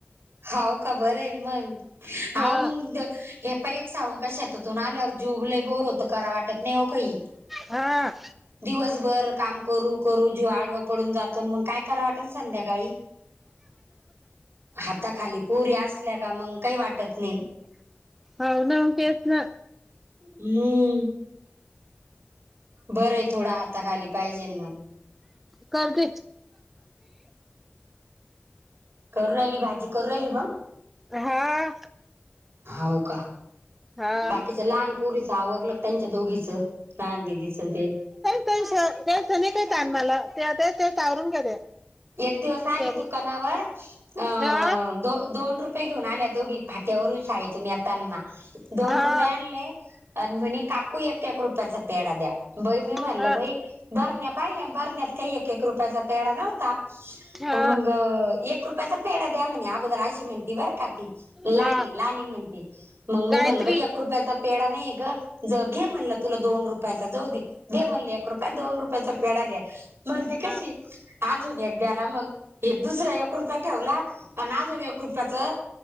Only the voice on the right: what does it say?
होव का बरेल मग हव
मंग. हे पण एक सागून काय शेतातून आलेवर अ जुबले बोर होत करा वाटत नाही हो काही
दिवसभर काम करू करू जी आडवा पडून जातून मग काय कराव वाटेल संध्याकाळी हाताखाली पोरी असल्या का मंग काही वाटत नाही.
हम्म. बरं आहे थोडा हाताखाली पाहिजे मग.
करू राहिली भाजी करू राहिली मंग
होव का.
बाकीच्या लहानपोरीच आवरलं त्यांच्या दोघीच लहान दिदीच ते
एक दिवस आली
दुकानावर अ
द दोन रुप रुपे घेऊन आल्या दोघी फात्यावरून शाळेतून येताना दोन
रुपये आण आणि म्हणे काकू एक एक रुपयाचा पेढा द्या बई मी म्हणलं
बाई. बरण्या पाहिल्या भरण्यात काही एक एक रुपयाचा पेढा नव्हता
मग. एक रुपयाचा पेढा द्या म्हणे अगोदर अशी म्हणती बरं का ती. लाणी
लाणी म्हणते मग मी
म्हणल बाई एक कृपयाचा. पेडा नाही ग ज घे म्हणलं तुला दोन रुपयाचा जाऊ दे. दे म्हणले एक रुपय दोन रुपयाचा पेढा घ्या म्हणते कशी
अजून एक द्या ना मग. हे दुसरा एक रुपया ठेवला आणि अजून एक रुपयाचं.